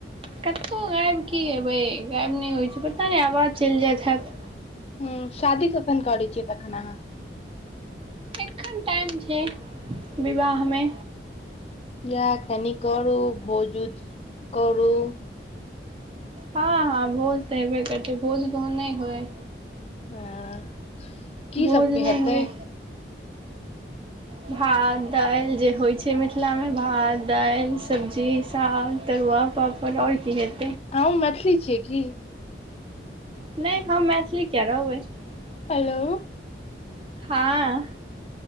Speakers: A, on the right; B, on the left.
A: कतहु गायब कि हेबै, गायब नहि होइ छियै, पता नै आवाज चलि जाइत हैत।
B: हुं, शादी कखन करै छियै तखन अहां?
A: एखन टाइम छै। विवाह मे।
B: बियाह कनि करू भोज उज करू।
A: हां हां, भोज त हेबे करतै भोज कहुं नै होइ।
B: सैह। की
A: भोज
B: सबके
A: नहि
B: हेतै?
A: होइ भात दालि, जे होइ छै मिथिलामे भात दालि सब्जी साग तरुआ पापड़ और की हेतै।
B: अहुं मैथिली छियै की?
A: नहि हम मैथिली किया रहबै। <unintelligible>
B: हेलो। <unintelligible>
A: हँ। <unintelligible>